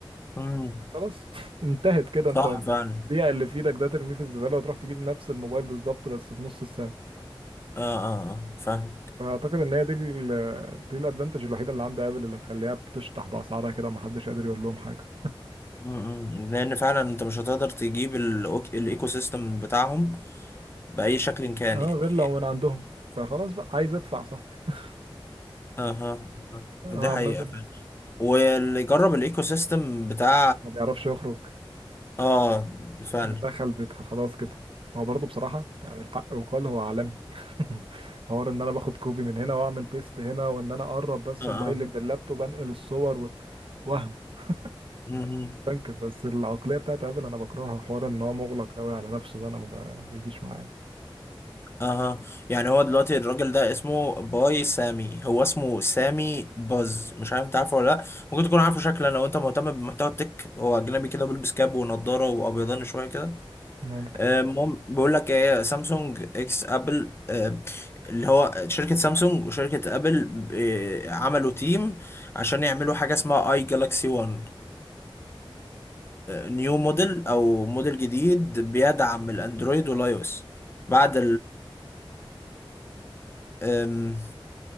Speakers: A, on the left; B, on the right.
A: مم.
B: خلاص <laughs> انتهت كده
A: صح
B: انت
A: فعلا
B: البيع اللي في ايدك ده ترميه في الزباله وتروح تجيب نفس الموبايل بالظبط بس بنص السعر
A: اه اه آه، فاهم
B: فاعتقد ان هي دي ال دي الادفانتج الوحيده اللي عند ابل اللي مخليها بتشطح باسعارها كده ومحدش قادر يقول لهم حاجه
A: مم، مم. لان فعلا انت مش هتقدر تجيب الأوك- الايكو سيستم بتاعهم بأي شكل كان
B: اه
A: يعني
B: غير لو من عندهم فخلاص بقى عايز ادفع صاحبي <laughs>
A: اها آه.
B: اه
A: آه، دي حقيقة
B: عمدا
A: فعلا واللي يجرب الايكو سيستم بتاع
B: ما بيعرفش يخرج
A: اه فعلا
B: دخل بيتها خلاص كده هو برضه بصراحة يعني الحق وقال هو عالمي <laughs> حوار ان انا باخد كوبي من هنا واعمل بيست هنا وان انا اقرب بس
A: اه
B: موبايلي من اللابتوب انقل الصور و... وهم <laughs>
A: اه
B: بنكر بس العقلية بتاعت ابل انا بكرهها حوار ان هو مغلق قوي على نفسه ده انا ما ب- بيجيش معايا
A: اها يعني هو دلوقتي الراجل ده اسمه باي سامي هو اسمه سامي باز مش عارف انت عارفه ولا لا ممكن تكون عارفه شكلا لو انت مهتم بمحتوى التك هو اجنبي كده بيلبس كاب ونضاره وابيضان شويه كده
B: ممكن
A: آه، المهم بيقول لك ايه سامسونج اكس ابل آه، اللي هو شركه سامسونج وشركه ابل آه، عملوا تيم عشان يعملوا حاجه اسمها اي جالاكسي 1 نيو موديل او موديل جديد بيدعم الاندرويد والاي او اس بعد أم،